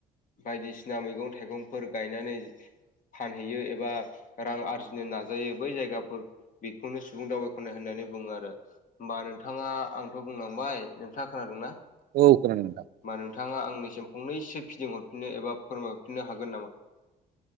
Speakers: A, on the left; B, on the right.
A: बायदिसिना मैगं थाइगंफोर गायनानै फानहैयो एबा रां आरजिनो नाजायो बै जायगाफोर बेखौनो सुबुं दावबायखनाय होननानै बुङो आरो होमबा नोंथाङा आंथ' बुंलांबाय नोंथाङा खोनादोंना?
B: औ खोनादों नोंथां।
A: मा नोंथाङा आंनिसिम फंनैसो फिदिंह हरफिननो एबा फोरमायरफिननो हागोन नामा?